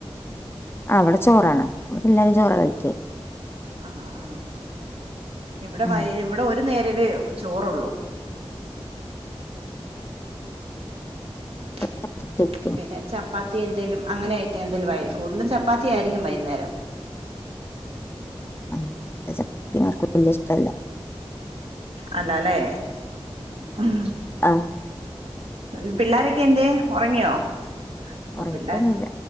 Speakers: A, on the left; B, on the right.
A: ആഹ് ഇവടെ ചോറാണ് ഇവടെല്ലാരും ചോറാ കഴിക്ക.
B: ആഹ് ആഹ് ഇവടെ
A: ഉം
B: വൈ ഇവടെ ഒരു നേരവേ ചോറൊള്ളൂ. <inaudible>
A: <unintelligible>
B: പിന്നെ ചപ്പാത്തി എന്തേലും അങ്ങനെയായിട്ടെന്തെലുവയിരിക്കും കൂടുതലും ചപ്പാത്തിയായിരിക്കും വൈന്നേരം.
A: ആഹ് വടെ ചപ്പാത്തി ആർക്കും വല്ല്യേഷ്ടല്ല.
B: അല്ലാല്ലേ? ഉം.
A: ആഹ്.
B: ഉം പിള്ളാരെക്കെന്തേ ഒറങ്ങ്യോ? ഓഹ്
A: ഉറങ്ങിട്ടൊന്നുല്ല
B: പിള്ളാര്